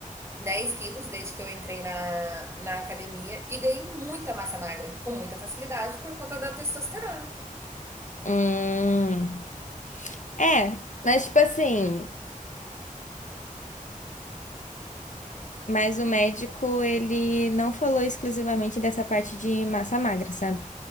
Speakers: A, on the right; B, on the left.
A: 10 quilos desde que eu entrei na, na academia e ganhei muita massa magra, com muita facilidade, por conta da testosterona.
B: hum. É, mas tipo assim. Mas o médico, ele não falou exclusivamente dessa parte de massa magra, sabe?